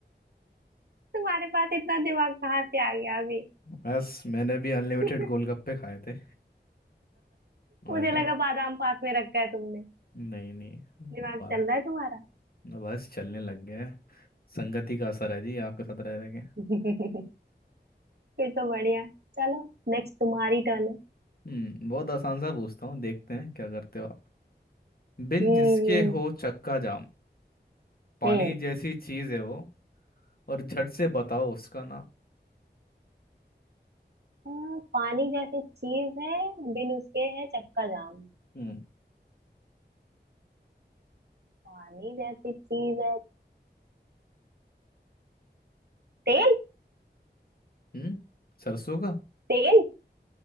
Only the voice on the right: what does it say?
तुम्हारे पास इतना दिमाग कहाँ से आ गया अभी
<laughs>
मुझे लगा
बादाम पास में रखा है तुमने
दिमाग
चल रहा है तुम्हारा
<laughs> फिर तो बढ़िया चलो नेक्स्ट तुम्हारी टर्न है
हम्म
हम्म
अच्छा
हाँ, पानी जैसी चीज है बिन उसके है चक्का जाम
पानी जैसी चीज है तेल
तेल